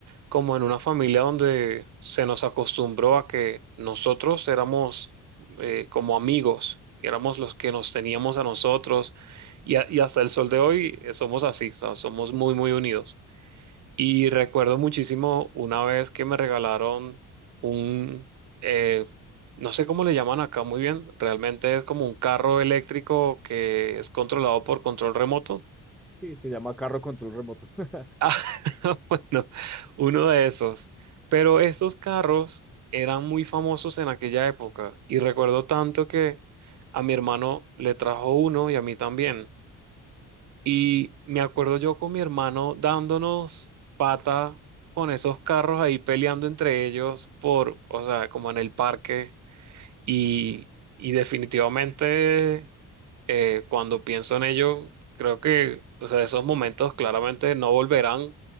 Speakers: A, on the right (about 50°); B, in the centre.
A: como en una familia donde se nos acostumbró a que nosotros éramos eh, como amigos, y éramos los que nos teníamos a nosotros, y, a- y hasta el sol de hoy eh, somos así, o sea, somos muy, muy unidos. Y recuerdo muchísimo una vez que me regalaron un, eh, no sé cómo le llaman acá muy bien, realmente es como un carro eléctrico que es controlado por control remoto
B: Sí, se llama carro control remoto. <laughs>
A: Ah, <laughs> bueno, uno de esos. Pero estos carros eran muy famosos en aquella época y recuerdo tanto que a mi hermano le trajo uno y a mí también. Y me acuerdo yo con mi hermano dándonos pata con esos carros ahí peleando entre ellos por, o sea, como en el parque. Y, y definitivamente, eh, cuando pienso en ello, creo que, o sea, esos momentos claramente no volverán,